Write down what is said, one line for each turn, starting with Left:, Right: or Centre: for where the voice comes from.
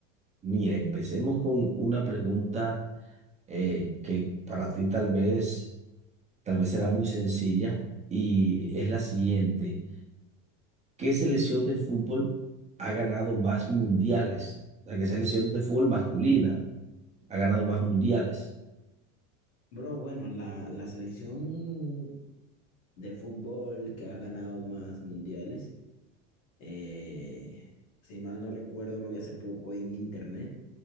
Right: mira, empecemos con una pregunta eh, que para ti tal vez, tal vez será muy sencilla y es la siguiente. ¿Qué selección de fútbol ha ganado más mundiales? La que selección de fútbol masculina ha ganado más mundiales.
Left: Bro, bueno, la, la selección de fútbol que has ganado más mundiales. Eh, si mal no recuerdo, lo vi hace poco en internet.